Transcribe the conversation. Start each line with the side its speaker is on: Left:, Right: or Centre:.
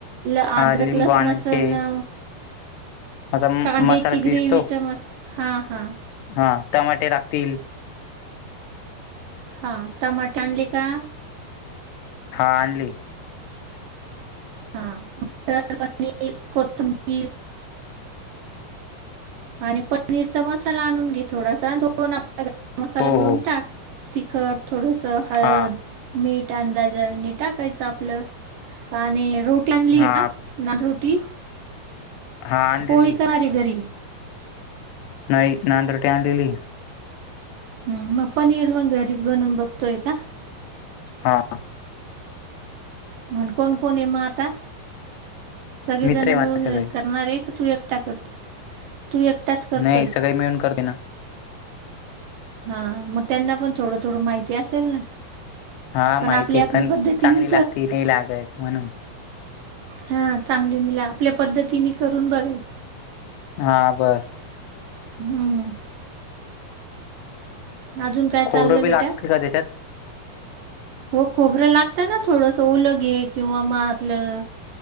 Right: आद्रक
Left: हा लिंबू
Right: लसणाच
Left: आणायचे
Right: न
Left: आता
Right: कांद्याची
Left: मसाला पिसतो
Right: ग्रेवी च मसाला, हा हा.
Left: हा टमाटे लागतील.
Right: हां टमाट आणली का?
Left: हा आणली.
Right: हां मटर पनीर, कोथंबीर आणि पनीरचा मसाला आणून घे थोडासा, दोन आपला गरम मसाला
Left: हो
Right: मिळून
Left: हो
Right: टाक. तिखट, थोडंसं हळद.
Left: हा
Right: मीठ अंदाज आणि, टाकायचं आपलं आणि रोटी <unintelligible>
Left: हा
Right: तीन
Left: हा आणलेली
Right: पोळी कराले घरी
Left: नाही नान रोटी आणलेली
Right: ह, मग पनीर मग घरीच बनवून बघतोय का?
Left: हा.
Right: म्हग, कोण कोण ए मा आता? सगळी
Left: मित्र
Right: जण
Left: आहे माझे
Right: मिळून
Left: सगळे
Right: करणार ये का? तू एकटा करत तू एकटाच करतोय
Left: नाही सगळी मिळून करतोय ना.
Right: हा मग त्यांना पण थोडं थोडं माहिती असेल ना.
Left: हा
Right: पण
Left: माहितीय
Right: आपली आपली
Left: पण
Right: पद्धतीने
Left: चांगली लागते, नाही लागय म्हणून
Right: हा चांगले <unintelligible> आपल्या पद्धतीने करून बघायच
Left: हा बरं.
Right: हम्म! अजून काय
Left: खोबरं
Right: चाललय
Left: बी
Right: बेटा?
Left: लागते का त्याच्यात
Right: हो खोबरं लागतं ना थोडंसं, ओलघे किंवा मग आपलं